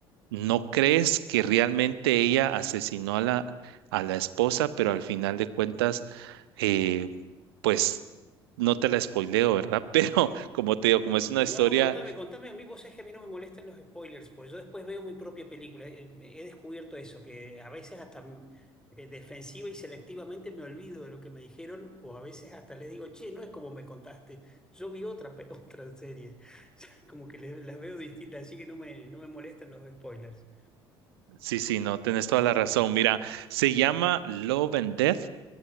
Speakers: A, on the right (about 70°); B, in the centre.
A: no crees que realmente ella asesinó a la, a la esposa, pero al final de cuentas, eh, pues no te la spoileo, ¿verdad? <laughs> Pero como te digo, como es una historia,
B: No, no, contame, contame a mí. Vos sabés que a mí no me molestan los spoilers, pues yo después veo mi propia película. Eh, He descubierto eso, que a veces hasta mm, eh, defensiva y selectivamente me olvido de lo que me dijeron, o a veces hasta les digo, che, no es como me contaste. Yo vi otra, pe- <laughs> otra serie. <laughs> Como que les- las veo distintas, así que no me, no me molestan los spoilers.
A: sí, sí, no, tenés toda la razón. Mira, se llama Love and Death